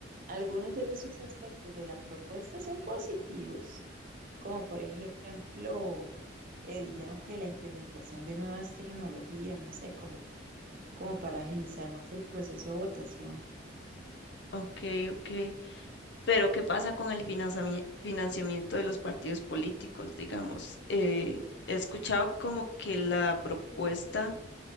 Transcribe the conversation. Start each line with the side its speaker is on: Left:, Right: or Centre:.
Right: algunos de esos aspectos de la propuesta son positivos, como por ejemplo, eh, dijeron que la implementación de nuevas tecnologías, no sé, como, como para agilizar más el proceso de votación.
Left: Ok, ok. Pero ¿qué pasa con el financiami- financiamiento de los partidos políticos, digamos? Eh, he escuchado como que la propuesta,